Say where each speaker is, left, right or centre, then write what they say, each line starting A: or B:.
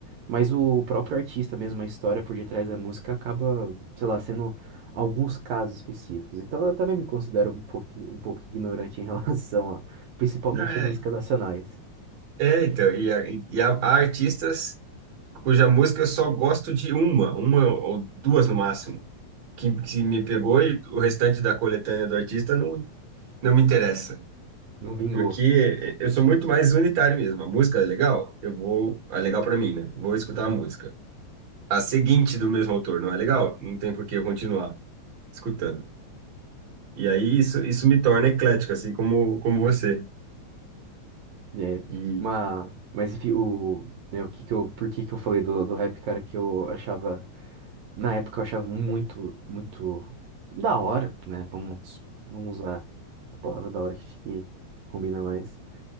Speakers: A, on the right; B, on the right.
A: Mas o próprio artista mesmo, a história por detrás da música acaba, sei lá, sendo alguns casos específicos. Então eu também me considero um pouco, um pouco ignorante em <laughs> relação a, principalmente
B: Não, É,
A: a músicas nacionais.
B: é, então, e, a- e e há, há artistas cuja música eu só gosto de uma, uma ou duas no máximo, que, que me pegou e o restante da coletânea do artista não, não me interessa.
A: Não vingou.
B: Porque eu sou muito mais unitário mesmo. A música é legal, eu vou, é legal para mim, né? Vou escutar
A: Uhum.
B: a música. a seguinte do mesmo autor, não é legal? Não tem por que eu continuar escutando. E aí isso, isso me torna eclético, assim como, como você.
A: É,
B: E
A: mas, mas enfim, o, né, o que que eu, por que que eu falei do, do rap, cara, que eu achava Na época eu achava muito, muito da hora, né? Vamos, vamos usar a palavra da hora, que acho que combina mais.